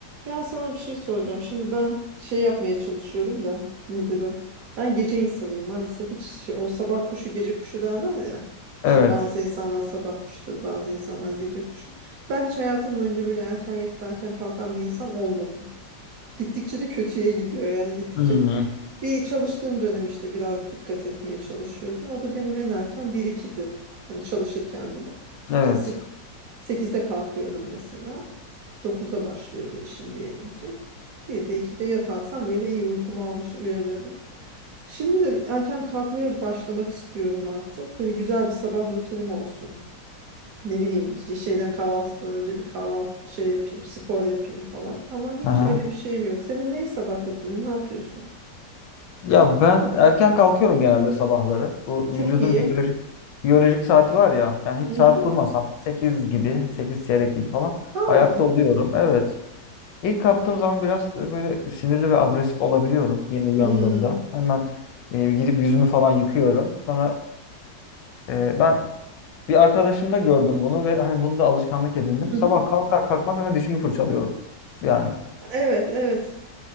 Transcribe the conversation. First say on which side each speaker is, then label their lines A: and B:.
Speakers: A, on the right; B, on the left.
A: Ya sana bir şey soracağım. Şimdi ben şey yapmaya çalışıyorum da nedir o? Ben gece insanıyım maalesef hiç şey, o sabah kuşu gece kuşu derler ya. İşte
B: Evet.
A: bazı insanlar sabah kuşudur, bazı insanlar gece kuşu. Ben hiç hayatım boyunca böyle erken yatıp erken kalkan bir insan olmadım. Gittikçe de kötüye gidiyor yani gittikçe
B: Hmm,
A: bir çalıştığım dönem işte biraz dikkat etmeye çalışıyordum. O da benim en erken 1-2'dir. Hani çalışırken bile.
B: evet.
A: İşte sek- 8'de kalkıyordum mesela. dokuzda başlıyordu işim diyelim ki. Bir de 2'de yatarsam böyle iyi uykumu almış uyanıyordum. Şimdi de erken kalkmaya başlamak istiyorum artık. Böyle güzel bir sabah rutinim olsun. Ne bileyim işte şeyden kahvaltıdan önce bir kahvaltı şey yapayım, spor yapayım falan. Ama hiç
B: Aha.
A: öyle bir şeyim yok. Senin ne sabah rutinin, ne yapıyorsun?
B: Ya ben erken kalkıyorum genelde sabahları. Bu
A: Çok
B: vücudun
A: iyi.
B: biyolojik biyolojik saati var ya. Yani hiç
A: Mhm.
B: saat kurmasam 8 gibi, 8 çeyrek gibi falan
A: Valla.
B: ayakta oluyorum. Evet. İlk kalktığım zaman biraz böyle sinirli ve agresif olabiliyorum yeni uyandığımda.
A: Hmm.
B: Hemen e, gidip yüzümü falan yıkıyorum. Sonra e, ben bir arkadaşımda gördüm bunu ve hani bunu da alışkanlık edindim.
A: <laughs> Hı
B: Sabah
A: hı.
B: kalkar kalkmaz hemen dişimi fırçalıyorum. Yani.
A: Evet, evet.